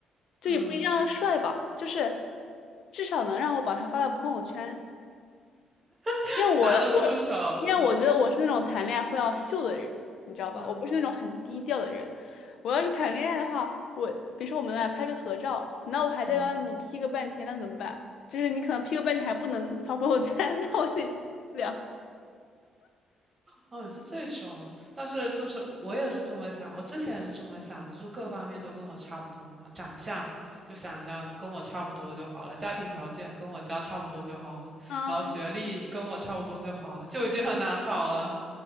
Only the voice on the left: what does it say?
就也不一定要帅吧，
就是至少能让我把他发到朋友圈。
因为我我因为我觉得我是那种谈恋爱会要秀的人，
你知道吧？
我不是那种很低调的人。我要是谈恋爱的话，我比如说我们俩拍个合照，那我还得让你
P 个半天，那怎么办？就是你可能 P 个半天还不能发朋友圈，<laughs> 那我得不了。
嗯，